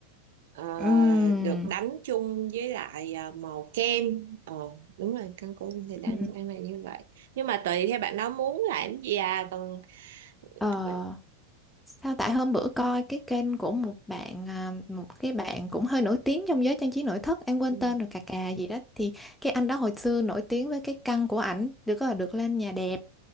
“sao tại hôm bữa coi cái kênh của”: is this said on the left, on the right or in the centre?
Centre